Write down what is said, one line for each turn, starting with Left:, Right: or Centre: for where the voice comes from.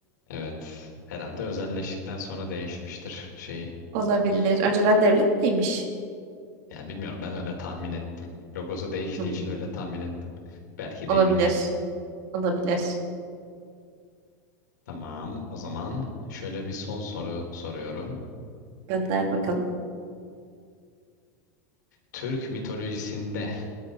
Left: Evet. Herhalde özelleştikten sonra değişmiştir şeyi.
Right: Olabilir. Önceden devlet miymiş?
Left: Yani bilmiyorum ben öyle tahmin ettim. Logosu değiştiği
Right: Hmm,
Left: için öyle tahmin ettim. Belki
Right: olabilir.
Left: değildir.
Right: Olabilir.
Left: Tamam o zaman şöyle bir son soru soruyorum.
Right: Gönder bakalım.
Left: Türk mitolojisinde